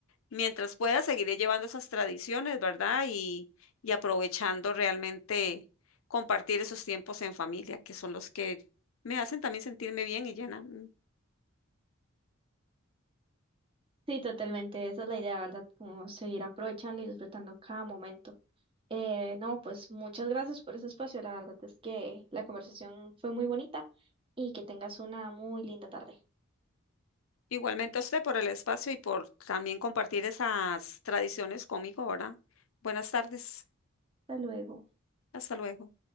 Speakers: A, on the left; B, on the right.
A: Mientras pueda, seguiré llevando esas tradiciones, ¿verdad? Y, y aprovechando realmente compartir esos tiempos en familia, que son los que me hacen también sentirme bien y llena. Mm,
B: Sí, totalmente, esa es la idea, ¿verdad? Como seguir aprovechando y disfrutando cada momento. Eh, no, pues muchas gracias por ese espacio, la verdad es que la conversación fue muy bonita y que tengas una muy linda tarde.
A: Igualmente a usted por el espacio y por también compartir esas tradiciones conmigo, ¿verdad? Buenas tardes.
B: Hasta luego.
A: Hasta luego.